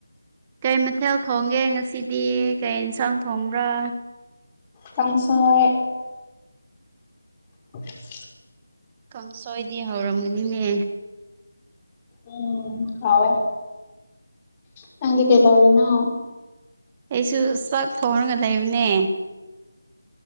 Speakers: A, on the right (about 20°); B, on the left (about 20°).
A: ꯀꯩ ꯃꯊꯦꯜ ꯊꯣꯡꯒꯦ ꯉꯁꯤꯗꯤ ꯀꯩ ꯏꯟꯁꯥꯡ ꯊꯣꯡꯕ꯭ꯔꯥ
B: ꯀꯥꯡꯁꯣꯏ <inaudible>
A: ꯀꯥꯡꯁꯣꯏꯗꯤ ꯍꯧꯔꯝꯒꯅꯤꯅꯦ
B: ꯎꯝ ꯍꯥꯎꯋꯦ ꯅꯪꯗꯤ ꯀꯩꯗꯧꯔꯤꯅꯣ
A: ꯑꯩꯁꯨ ꯆꯥꯛ ꯊꯣꯡꯔꯒ ꯂꯩꯕꯅꯦ